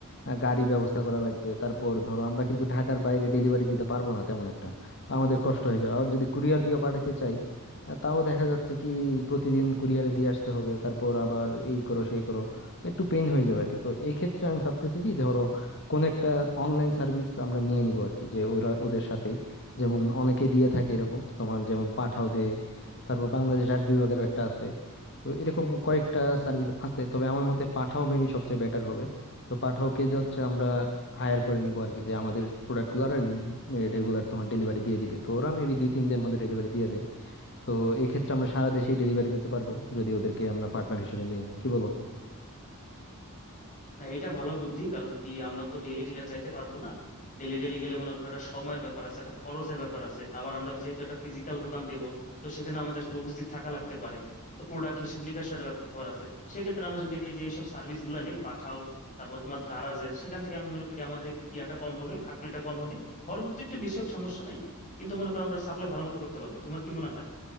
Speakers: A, on the left; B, on the left.
A: আহ, গাড়ি ব্যবস্থা করা লাগবে তারপর ধরো আমরা কিন্তু ঢাকার বাইরে ডেলিভারি দিতে পারবো না তেমন একটা তো আমাদের কষ্ট হয়ে যাবে আর যদি কুরিয়ার দিয়ে পাঠাতে চাই আহ, তাও দেখা যাচ্ছে কি প্রতিদিন কুরিয়ারে দিয়ে আসতে হবে তারপর আবার এই করো সেই করো তো একটু পেইন হয়ে যাবে আর কি তো এই ক্ষেত্রে আমি ভাবতেছি কি ধরো কোন একটা অনলাইন সার্ভিস আমরা নিয়ে নিবো আর কি যে ওরা ওদের সাথেই যেমন অনেকে দিয়ে থাকে এরকম তোমার যেমন পাঠাও দেয় তারপর বাংলাদেশ ডাক বিভাগেরও একটা আছে তো এরকম কয়েকটা সার্ভিস আছে তবে আমার মতে পাঠাও মেবি সবচেয়ে বেটার হবে তো পাঠাওকে যে হচ্ছে আমরা হায়ার করে নিব আর কি যে আমাদের প্রোডাক্টগুলো আর রেগুলার তোমার ডেলিভারি দিয়ে দিবে তো ওরা মেবি দুই তিন দিনের মধ্যে ডেলিভারি দিয়ে দেয় তো এই ক্ষেত্রে আমরা সারা দেশেই ডেলিভারি দিতে পারবো যদি ওদেরকে আমরা পার্টনার হিসেবে নেই কি বলো
B: না এটা ভালো বুদ্ধি কারণ কি আমরা তো ডেইলি ডিলার যাইতে পারবো না ডেইলি ডেইলি গেলে মনে করো একটা সময়ের ব্যাপার আছে একটা খরচের ব্যাপার আছে আবার আমরা যেহেতু একটা ফিজিক্যাল দোকান দেব তো সেখানে আমাদেরকে উপস্থিত থাকা লাগতে পারে তো প্রোডাক্ট হিসাব নিকাশের একটা ব্যাপার আছে সেক্ষেত্রে আমরা যদি এই যে সব সার্ভিস গুলো নেই পাঠাও তারপর তোমার দারাজের সেখান থেকে আমি মনে করি আমাদের ইয়াটা কম হবে খাটনিটা কম হবে খরচ একটু বেশি হোক সমস্যা নাই কিন্তু মনে করো আমরা সাপ্লাই ভালো মতো করতে পারবো তোমার কি মনে হয়